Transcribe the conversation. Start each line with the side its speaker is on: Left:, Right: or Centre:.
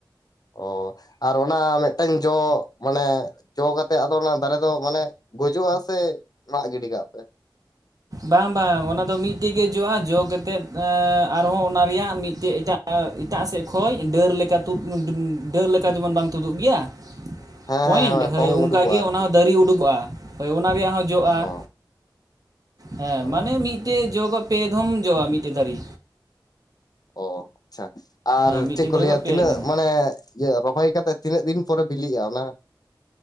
Left: ᱚ ᱟᱨ ᱚᱱᱟ ᱢᱮᱫᱴᱟᱝ ᱡᱚ ᱢᱟᱱᱮ ᱡᱚ ᱠᱟᱛᱮ ᱟᱫᱚ ᱚᱱᱟ ᱫᱟᱨᱮ ᱫᱚ ᱢᱟᱱᱮ ᱜᱚᱡᱚᱜᱼᱟ ᱥᱮ ᱡᱟᱜ ᱜᱤᱰᱤ ᱠᱟᱜ-ᱟ ᱯᱮ?
Right: ᱵᱟᱝ ᱵᱟᱝ ᱚᱱᱟ ᱫᱚ ᱢᱤᱫᱴᱮᱡ ᱜᱮ ᱡᱚᱜᱼᱟ ᱡᱚ ᱠᱟᱛᱮᱫ ᱟᱨᱦᱚᱸ ᱚᱱᱟ ᱨᱮᱭᱟᱜ ᱢᱤᱫᱴᱮᱡ ᱮᱴᱟᱜ ᱟᱨ ᱮᱴᱟᱜ ᱥᱮᱫ ᱠᱷᱚᱡ ᱰᱟᱹᱨ ᱞᱮᱠᱟ ᱛᱩᱫ ᱰᱟᱹ ᱰᱟᱹᱨ ᱞᱮᱠᱟ ᱡᱮᱢᱚᱱ ᱵᱟᱝ ᱛᱩᱫᱩᱜ ᱜᱮᱭᱟ?
Left: ᱦᱮᱸ
Right: ᱯᱚᱭᱮᱱᱴ
Left: ᱦᱮᱸ
Right: ᱦᱳᱭ
Left: ᱯᱚᱝ
Right: ᱚᱱᱠᱟᱜᱮ
Left: ᱩᱰᱩᱠᱚᱜᱼᱟ ᱟᱨᱠᱤ
Right: ᱚᱱᱟ ᱦᱚᱸ ᱫᱟᱨᱮ ᱩᱰᱩᱠᱚᱜᱼᱟ ᱦᱳᱭ ᱚᱱᱟ ᱨᱮᱭᱟᱜ ᱦᱚᱸ ᱡᱚᱜᱼᱟ ᱾
Left: ᱚ
Right: ᱦᱮᱸ
Left: ᱚ
Right: ᱢᱟᱱᱮ ᱢᱤᱫᱴᱮᱱ ᱡᱚᱟᱜ ᱯᱮ ᱫᱷᱚᱢ ᱡᱚᱼᱟ ᱢᱤᱫᱴᱮᱱ ᱝᱟᱹᱨᱤ
Left: ᱚ ᱟᱪᱪᱷᱟ ᱟᱨ
Right: ᱢᱤᱫᱴᱮᱡ
Left: ᱪᱮᱫ ᱠᱚ
Right: ᱫᱟᱨᱮ
Left: ᱞᱟᱹᱭᱟ
Right: ᱠᱷᱚᱡ ᱯᱮ
Left: ᱛᱤᱱᱟᱹᱜ
Right: ᱫᱷᱚᱢ
Left: ᱢᱟᱱᱮ ᱤᱭᱟᱹ ᱨᱚᱦᱚᱭ ᱠᱟᱛᱮᱮᱫ ᱛᱤᱱᱟᱹᱜ ᱫᱤᱱ ᱯᱚᱨᱮ ᱵᱤᱞᱤᱜᱼᱟ ᱚᱱᱟ?